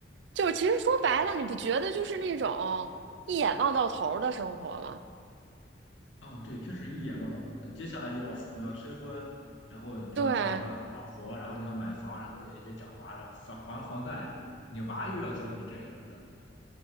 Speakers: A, on the right; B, on the left.
A: 就其实说白了，你不觉得就是那种一眼望到头儿的生活吗？
B: 啊，对，确实一眼望到头。那接下来就要父母要催婚，然后你要找个老婆，
A: 对
B: 然后你要买房，然后也也养娃，然后还还房贷，你娃又要走你这一步的路。